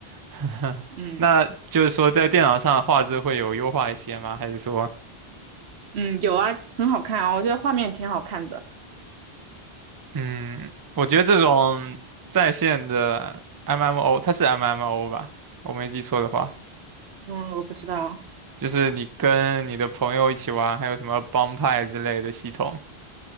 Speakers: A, on the right; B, on the right.
A: <laughs>
B: 嗯
A: 那就是说在电脑上画质会有优化一些吗？还是说，
B: 嗯，有啊，很好看啊，我觉得画面挺好看的。
A: 嗯，我觉得这种在线的 MMO，它是 MMO 吧？我没记错的话，
B: 嗯，我不知道。
A: 就是你跟你的朋友一起玩，还有什么帮派之类的系统。